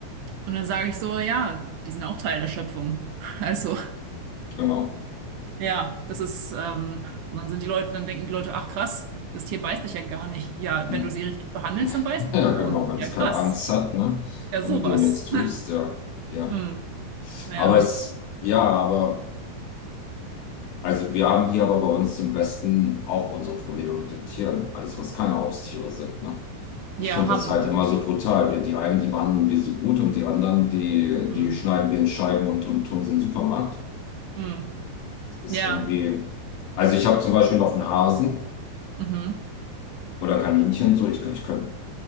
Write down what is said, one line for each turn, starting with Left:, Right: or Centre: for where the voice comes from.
Right: Und dann sage ich so, ja, die sind auch Teil der Schöpfung. <laughs> Also,
Left: Genau.
Right: ja, das ist, ähm, und dann sind die Leute, dann denken die Leute, ach krass, das Tier beißt dich ja gar nicht. Ja,
Left: Mhm.
Right: wenn du sie richtig behandelst, dann
Left: <laughs>
Right: beißen
Left: Ja,
Right: sie dich
Left: genau,
Right: auch nicht.
Left: wenn
Right: Ja,
Left: es
Right: krass.
Left: keine Angst hat, ne?
Right: Ja,
Left: Wenn
Right: sowas.
Left: du dem nichts tust,
Right: <laughs>
Left: ja. Ja.
Right: Hm. Ja,
Left: Aber es, ja, aber, also wir haben hier aber bei uns im Westen auch unsere Probleme mit den Tieren. Alles, was keine Haustiere sind, ne?
Right: ja,
Left: Ich finde
Right: haben
Left: das halt
Right: wir.
Left: immer so brutal. Wir, die einen, die behandeln wir so gut und die anderen, die,
Right: Hm.
Left: die schneiden wir in Scheiben und, und tun sie in den Supermarkt.
Right: Hm.
Left: Ist
Right: Ja,
Left: irgendwie. Also ich habe zum Beispiel noch einen Hasen
Right: mhm.
Left: oder Kaninchen. So, ich, ich könnte